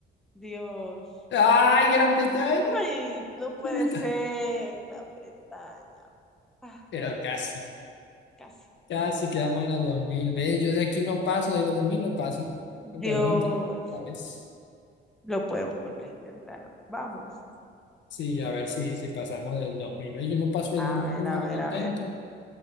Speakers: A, in the centre; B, on the left (about 65°).
A: Dios.
B: ¡Ay, Gran Bretaña!
A: Ay, no puede
B: <laughs>
A: ser. Gran Bretaña. Ah,
B: Pero casi.
A: casi.
B: Casi quedamos en los 2000 Ve, yo de aquí no paso, de los 2000 no paso.
A: Dios.
B: Lo podemos intentar otra vez.
A: Lo podemos volver a intentar. Vamos.
B: Sí, a ver si, si pasamos del 2000 Ve, yo no paso
A: A
B: del 2001
A: ver, a
B: que
A: ver,
B: lo intento.
A: a ver.